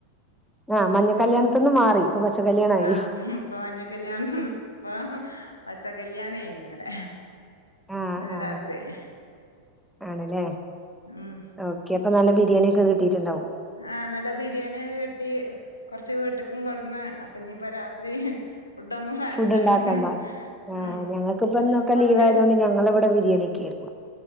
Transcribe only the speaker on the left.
ആഹ് ഇപ്പൊ മഞ്ഞക്കല്ലായണത്ത്ഇപ്പൊ പച്ചക്കല്ല്യാണയ്ന് ഇന്നലെ
ഇന്നലെ
രാത്രി ഏഹ്
ഉം
ആഹ് നല്ല ബിരിയാണിയൊക്കെ കിട്ടി കൊറച്ച വീട്ടക്കും കൊടന്ന് അപ്പൊ ഇനിപ്പൊ രാത്രി ഫുഡ് ഒന്നും വേണ്ടന്നെ
ഉം
കൊറച്ച്